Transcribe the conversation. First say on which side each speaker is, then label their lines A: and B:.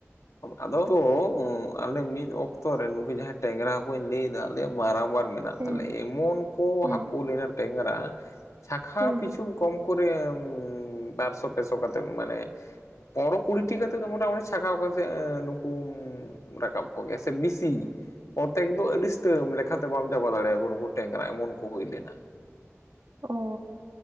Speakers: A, on the left (about 80°); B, on the right (about 80°).
A: ᱟᱫᱚ ᱛᱚ ᱟᱞᱮ ᱢᱤᱫ ᱚᱠᱛᱚ ᱨᱮ ᱱᱩᱠᱩ ᱡᱟᱦᱟᱸᱭ ᱴᱮᱝᱨᱟ ᱦᱟᱠᱩᱧ ᱞᱟᱹᱭᱫᱟ ᱟᱞᱮᱭᱟᱜ ᱢᱟᱨᱟᱝ ᱵᱟᱱ ᱢᱮᱱᱟᱜ
B: ᱦᱮᱸ
A: ᱛᱟᱞᱮᱭᱟ ᱮᱢᱚᱱ ᱠᱚ
B: ᱦᱮᱸ
A: ᱦᱟᱹᱠᱩ ᱞᱮᱱᱟ ᱴᱮᱝᱨᱟ ᱪᱷᱟᱠᱷᱟᱣ
B: ᱦᱮᱸ
A: ᱯᱤᱪᱷᱩ ᱠᱚᱢ ᱠᱚᱨᱮ ᱵᱟᱨᱥᱚ ᱯᱮᱥᱚ ᱠᱟᱛᱮ ᱢᱟᱱᱮ ᱯᱚᱱᱨᱚ ᱠᱩᱲᱤᱴᱤ ᱠᱟᱛᱮ ᱫᱚ ᱢᱚᱴᱟᱢᱩᱴᱤ ᱪᱷᱟᱠᱟᱣ ᱠᱟᱛᱮᱜ ᱱᱩᱠᱩᱢ ᱨᱟᱠᱟᱵ ᱠᱚ ᱜᱮᱭᱟ ᱥᱮ ᱵᱤᱥᱤ ᱠᱚᱛᱮᱠ ᱫᱚ ᱟᱹᱰᱤ ᱥᱩᱛᱟᱹᱢ ᱞᱮᱠᱟᱛᱮ ᱵᱟᱢ ᱪᱟᱵᱟ ᱫᱟᱲᱮᱭᱟᱠᱚᱭᱟ ᱱᱩᱠᱩ ᱴᱮᱝᱨᱟ ᱮᱢᱚᱱ ᱠᱚ ᱦᱩᱭ ᱞᱮᱱᱟ᱾
B: ᱚ